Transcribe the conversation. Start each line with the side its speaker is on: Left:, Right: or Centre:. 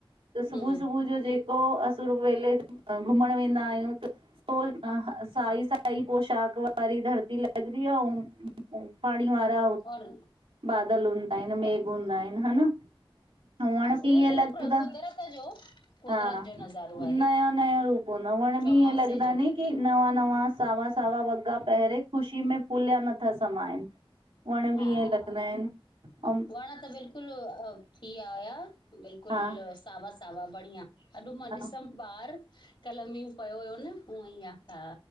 Right: त सुबुह
Left: हम्म
Right: सुबुह जो जेको असुर वेले त घुमण वेंदा आहियूं, त तां साई-साई
Left: हा
Right: पोशाक वारी धरती लगदी आ औं पाणी वारी। ता
Left: और
Right: बादल हूंदा आहिन, मेघ
Left: त
Right: हूंदा आहिन हा न। हुअंण
Left: हा
Right: बि
Left: उहो
Right: ईएंं
Left: पूरो
Right: लॻदा,
Left: प्र कुदरत जो कुदरत
Right: हा।
Left: जो नज़ारो
Right: नया।
Left: आहे
Right: नयों रूप न, वण
Left: चौमासे
Right: बि ईयें लगदा
Left: जो
Right: नीं कि नवां-नवां, सावा-सावा वग्ग़ा पहरे खु‌‌शी में फुलिया नथा समाइनि वण बि
Left: हा
Right: ईयें लॻंदा आहिन औं
Left: वण त बिल् कुलु थी विया हुया बिल्कुलु
Right: हा
Left: सावा-सावा बढ़ियां, अॼु मां
Right: हा
Left: ॾिसम। ॿाहर कल मींहुं पयो हुयो न हुअं ई आ, हा!